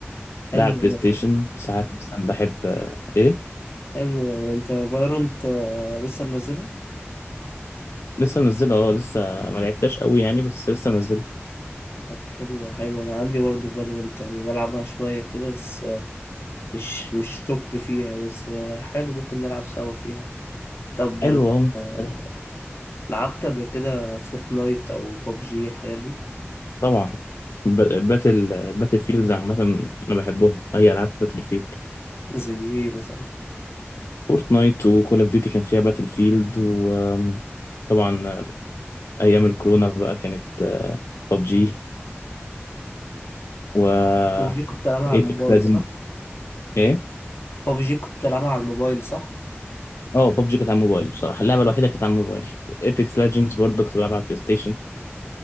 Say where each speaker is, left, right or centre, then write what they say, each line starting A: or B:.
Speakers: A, on the left; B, on the left.
A: حلو
B: ده على البلاي
A: أوي،
B: ستيشن ساعات مثلا بحب أه ايه
A: حلو يعني انت فالورانت لسه منزلها
B: لسه منزله اه لسه ما لعبتهاش قوي يعني بس لسه منزله
A: طب حلو حلو انا عندي برضه فالورانت يعني بلعبها شويه كده بس آه، مش مش توب فيها يعني بس آه، حلو ممكن نلعب سوا فيها طب
B: حلو اه ممكن
A: آه،
B: أنا-
A: لعبت قبل كده فورتنايت او ببجي الحاجات دي
B: طبعا ب- باتل باتل فيلدز عامة أنا بحبهم أي ألعاب باتل فيلد
A: زي ايه مثلا
B: فورتنايت وكول أوف ديوتي كان فيها باتل فيلد وطبعا ايام الكورونا بقى كانت ببجي و
A: ببجي كنت بتلعبها على
B: ايبكس
A: الموبايل
B: لازم
A: صح؟
B: ايه
A: ببجي كنت بتلعبها على الموبايل صح؟
B: اه ببجي كانت على الموبايل بصراحه اللعبه الوحيده كانت على الموبايل ايبكس ليجندز برضه كنت بلعبها على البلاي ستيشن